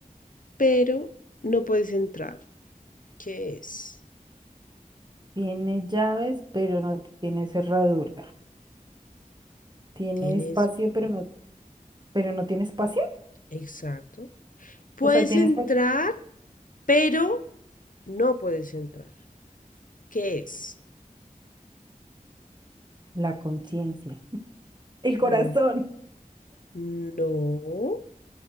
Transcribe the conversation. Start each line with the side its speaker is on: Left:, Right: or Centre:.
Left: pero no puedes entrar. ¿Qué es?
Right: Tiene llaves, pero no tiene cerradura. Tiene
Left: Tienes...
Right: espacio,
Left: pan-
Right: pero no, pero no tiene espacio.
Left: Exacto. Puedes
Right: O sea, tiene
Left: entrar,
Right: espacio.
Left: pero no puedes entrar. ¿Qué es?
Right: La conciencia. El corazón.
Left: Mm, No.